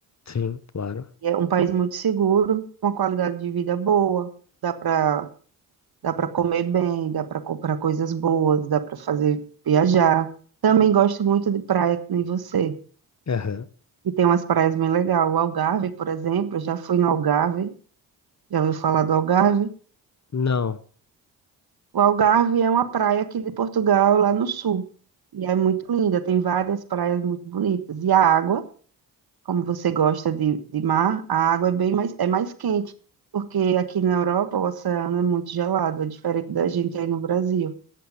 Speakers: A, on the left; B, on the right.
A: Sim, claro.
B: E é um país muito seguro, com uma qualidade de vida boa, dá para dá para comer bem, dá para comprar coisas boas, dá para fazer viajar. Também gosto muito de praia, que nem você.
A: Aham.
B: E tem umas praias bem legais. O Algarve, por exemplo, eu já fui no Algarve, já ouviu falar do Algarve?
A: Não.
B: O Algarve é uma praia aqui de Portugal, lá no sul. E é muito linda, tem várias praias muito bonitas. E a água, como você gosta de, de mar, a água é bem mais, é mais quente, porque aqui na Europa o oceano é muito gelado, é diferente da gente aí no Brasil,